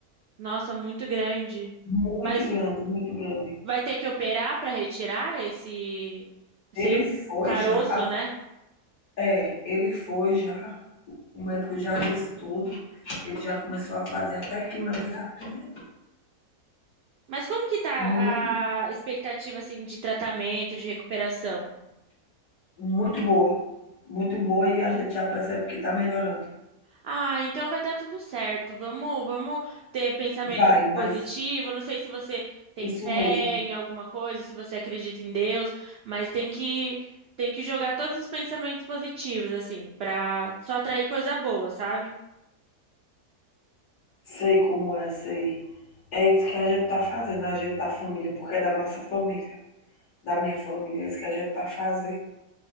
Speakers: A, on the right; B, on the left.
A: Nossa, muito grande.
B: Muito
A: Mas
B: grande, muito grande.
A: vai ter que operar para retirar esse seria
B: Ele
A: um
B: foi
A: caroço,
B: já,
A: né?
B: é, ele foi já. O médico já disse tudo. Ele já começou a fazer até quimioterapia.
A: Mas como que tá
B: Muito,
A: a expectativa assim de tratamento, de recuperação?
B: muito boa. Muito boa e a gente já percebe que tá melhorando.
A: Ah, então vai dar tudo certo. Vamos, vamos ter pensamento
B: Vai, mas
A: positivo. Não sei se você tem
B: isso
A: fé
B: mesmo.
A: em alguma coisa, se você acredita em Deus, mas tem que tem que jogar todos os pensamentos positivos assim, pra só atrair coisa boa, sabe?
B: Sei como é, sei. É isso que a gente tá fazendo, a gente tá família, porque é da nossa família, da minha família, é isso que a gente tá fazendo.